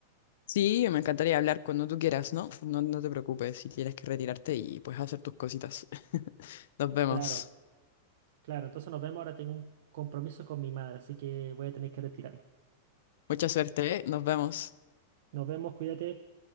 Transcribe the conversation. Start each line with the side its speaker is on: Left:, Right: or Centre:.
Left: Sí, me encantaría hablar cuando tú quieras, ¿no? No, no te preocupes si tienes que retirarte y pues hacer tus cositas. <laughs> Nos vemos.
Right: Claro. Claro, entonces nos vemos. Ahora tengo un compromiso con mi madre, así que voy a tener que retirarme.
Left: Mucha suerte, ¿eh? Nos vemos.
Right: Nos vemos, cuídate.